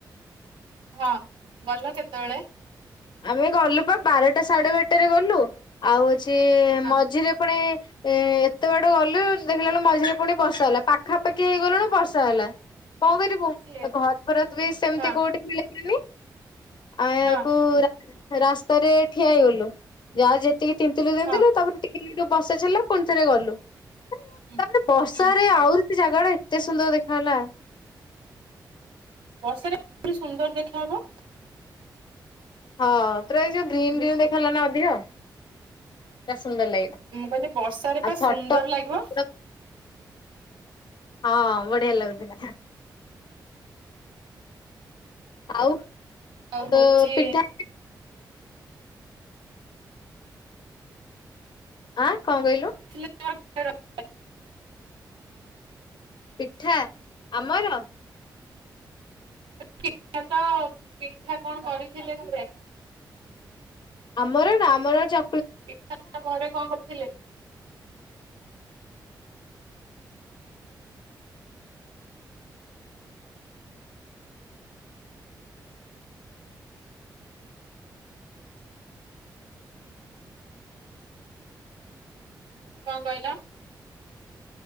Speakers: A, on the right; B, on the left.
A: ହଁ ଗଲ କେତେବେଳେ?
B: ଆମେ ଗଲୁ ପା ବାରଟା ସାଢେ ବାରଟାରେ ଗଲୁ, ଆଉ ହଉଛି
A: ହଁ
B: ମଝିରେ ପୁଣି ଏ ଏତେ ବାଟ ଗଲୁ। ଦେଖିଲା ବେଲକୁ ମଝିରେ ପୁଣି ବର୍ଷା ହେଲା, ପାଖାପାଖି ହେଇଗଲୁଣୁ ବର୍ଷା ହେଲା, କଣ କରିବୁ?
A: କିଏ
B: ଆ ଘର ଘର ବି ସେମିତି
A: ହଁ
B: କୋଉଠି ମିଳିଲାନି, ଆୟାକୁ
A: ହଁ
B: ରା ରାସ୍ତାରେ ଠିଆ ହେଇଗଲୁ, ଯାହା ଯେତିକି ତିନ୍ତିଲୁ ତିନ୍ତିଲୁ,
A: ହଁ
B: ତାପରେ ଟି <unintelligible> ବର୍ଷା ଛାଡିଲା ପୁଣି ଥରେ ଗଲୁ <unintelligible>
A: ହୁଁ
B: ବର୍ଷାରେ
A: ହୁଁ
B: ଆହୁରି ସେ ଜାଗା ଟା ଏତେ ସୁନ୍ଦର ଦେଖା ହେଲା।
A: ବର୍ଷା ପୁଣି ସୁନ୍ଦର ଦେଖାହେବ।
B: ହଁ ପୁରା ଏ ଯୋଉ ଗ୍ରୀନ ଗ୍ରୀନ ଦେଖାଲା ନା ଅଧିକ, ପୁରା ସୁନ୍ଦର ଲାଗିଲା।
A: ମୁଁ କହିଲି ବର୍ଷ
B: ଆଉ
A: ପା
B: ଫଟୋ
A: ସୁନ୍ଦର ଲାଗିବ।
B: ହଁ ବଢିଆ ଲାଗୁଥିଲା। ଆଉ
A: ଆଉ
B: ତ
A: ହଉଛି
B: ପିଠା ଆଁ, କଣ କହିଲୁ?
A: <inaudible>
B: ପିଠା ଆମର?
A: <unintelligible> ତ, ପିଠା କଣ କରିଥିଲେ ଘରେ?
B: ଆମର ନା ଆମର ଚ
A: <unintelligible> ଘରେ କଣ କରିଥିଲେ? କଣ କହିଲ?